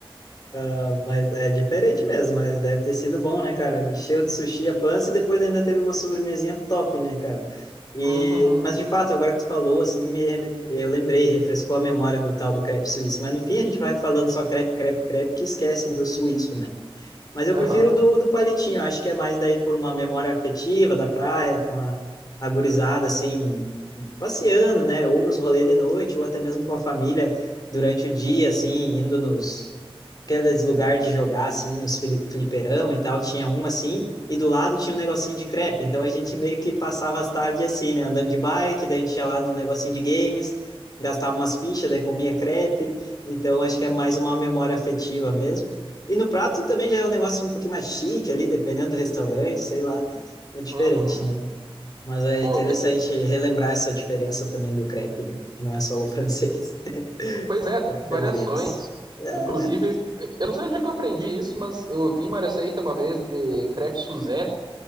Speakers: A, on the left; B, on the right.
A: Ah, Mas é diferente mesmo, mas deve ter sido bom, né, cara? Encheu de sushi a pança e depois ainda teve uma sobremesinha top, né, cara? E,
B: Uhum,
A: mas de fato, agora que tu falou, assim, me, reme- eu lembrei, refrescou a memória do tal do crepe suíço. Mas no fim a gente vai falando só crepe, crepe, crepe, que esquecem do suíço, né? Mas eu
B: aham,
A: prefiro o do, do palitinho, acho que é mais daí por uma memória afetiva da praia, com a, a gurizada, assim, passeando, né? Ou nos rolês de noite, ou até mesmo com a família durante o dia, assim, indo nos aqueles lugares de jogar, assim, nos fli- fliperama e tal. Tinha um assim, e do lado tinha um negocinho de crepe. Então a gente meio que passava as tardes assim, né? Andando de bike, daí a gente ia lá no negocinho de games, gastava umas fichas, daí comia crepe. Então acho que é mais uma memória afetiva mesmo. E no prato também já é um negócio um pouquinho mais chique ali, dependendo do restaurante, sei lá. É diferente,
B: uhum.
A: né? Mas é
B: Pô,
A: interessante
B: tem...
A: relembrar essa diferença também do crepe, né? que não é só o francês.
B: Pois
A: <laughs>
B: é, variações.
A: Chamaríamos. É,
B: Inclusive,
A: né?
B: eu não sei onde é que eu aprendi isso, mas eu ouvi uma receita uma vez de crepe Suzette